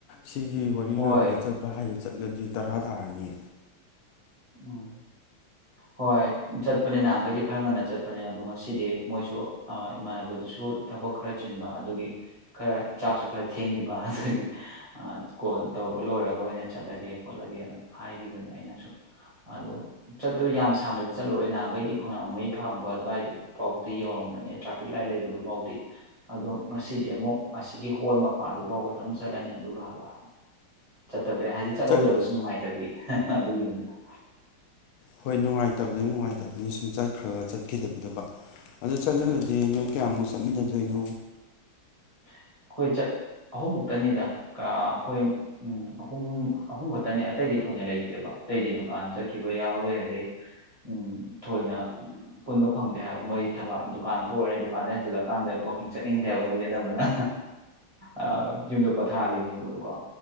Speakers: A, on the left; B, on the right.
A: ꯁꯤꯒꯤ ꯋꯥꯔꯤ
B: ꯍꯣꯏ
A: ꯂꯣꯏꯔꯒ ꯆꯠꯄ ꯍꯥꯏꯖꯦ ꯆꯠꯂꯗꯤ ꯇꯔꯥ ꯇꯥꯔꯅꯤ
B: ꯎꯝ ꯍꯣꯏ ꯆꯠꯄꯅꯦ ꯅꯍꯥꯟꯈꯩꯗꯤ ꯈꯔ ꯉꯟꯅ ꯆꯠꯄꯅꯦ ꯑꯗꯣ ꯉꯁꯤꯗꯤ ꯃꯣꯏꯁꯨ ꯏꯃꯥꯟꯅꯕꯗꯨꯁꯨ ꯊꯕꯛ ꯈꯔ ꯆꯤꯟꯕ ꯑꯗꯨꯒꯤ ꯈꯔ ꯆꯥꯛꯁꯨ ꯈꯔ ꯊꯦꯡꯈꯤꯕ ꯑꯗꯨꯒꯤ ꯀꯣꯜ ꯇꯧꯕ ꯂꯣꯏꯔꯒ ꯑꯣꯏꯅ ꯆꯠꯂꯒꯦ ꯈꯣꯠꯂꯒꯦꯅ ꯍꯥꯏꯒꯤꯕꯅꯦ ꯑꯩꯅ ꯁꯨꯝ ꯑꯗꯣ ꯆꯠꯄꯗꯤ ꯌꯥꯝ ꯁꯥꯡꯅꯗꯤ ꯆꯠꯂꯨꯔꯣꯏ ꯅꯍꯥꯟꯒꯩꯗꯤ ꯈꯣꯡꯅꯥꯡ ꯃꯩ ꯐꯥꯡꯕ ꯑꯗꯨꯋꯥꯏꯗꯐꯥꯎꯗꯤ ꯌꯧꯔꯝꯕꯅꯦ ꯇ꯭ꯔꯥꯐꯤꯛ ꯂꯥꯏꯟ ꯂꯩꯕꯗꯨꯐꯥꯎꯗꯤ ꯑꯗꯣ ꯉꯁꯤꯗꯤ ꯑꯃꯨꯛ ꯑꯁꯤꯒꯤ ꯍꯣꯜ ꯃꯄꯥꯗꯨꯐꯥꯎ ꯈꯇꯪ ꯆꯠꯂꯅꯤ ꯑꯗꯨꯒ ꯍꯜꯂꯛꯑꯅꯤ ꯆꯠꯇꯕ ꯌꯥꯏ ꯍꯥꯏꯗꯤ ꯆꯠꯍꯧꯗꯒꯁꯨ
A: ꯆꯠ
B: ꯅꯨꯡꯉꯥꯏꯇꯕꯤ ꯑꯗꯨꯒꯤꯅꯤꯗ <unintelligible>
A: ꯍꯣꯏ ꯅꯨꯡꯉꯥꯏꯇꯕꯅꯤ ꯅꯨꯡꯉꯥꯏꯇꯕꯅꯤ ꯁꯨꯝ ꯆꯠꯈ꯭ꯔꯒ ꯆꯠꯈꯤꯗꯕꯤꯗꯨꯀꯣ ꯑꯗꯨ ꯆꯠꯂꯗꯤ ꯅꯣꯏ ꯀꯌꯥꯃꯨ ꯆꯠꯃꯤꯟꯅꯗꯣꯏꯅꯣ
B: ꯑꯩꯈꯣꯏ ꯆꯠ ꯑꯍꯨꯝ ꯃꯨꯛꯇꯅꯤꯗ ꯑꯩꯈꯣꯏ ꯎꯝ ꯑꯍꯨꯝ ꯑꯍꯨꯝ ꯈꯛꯇꯅꯤ ꯑꯇꯩꯗꯤ ꯊꯣꯏꯅ ꯂꯩꯇꯦꯕ ꯑꯇꯩꯗꯤ ꯗꯨꯀꯥꯟ ꯆꯠꯈꯤꯕ ꯌꯥꯎꯋꯦ ꯑꯗꯩ ꯎꯝ ꯊꯣꯏꯅ ꯄꯨꯟꯕ ꯐꯪꯗꯦ ꯍꯥꯏꯕ ꯃꯣꯏ ꯊꯕꯥꯛ ꯗꯨꯀꯥꯟ ꯊꯣꯛꯎꯅꯤ ꯗꯨꯀꯥꯟꯗ ꯍꯟꯖꯤꯜꯂꯛꯀꯥꯟꯗ ꯋꯥꯛꯀꯤꯡ ꯆꯠꯅꯤꯡꯗꯦ ꯍꯥꯏꯕ ꯃꯣꯏꯗꯤ ꯑꯅꯝꯕꯅ ꯑ ꯌꯨꯝꯗ ꯄꯣꯊꯥ ꯂꯩ ꯅꯤꯡꯕꯗꯣꯀꯣ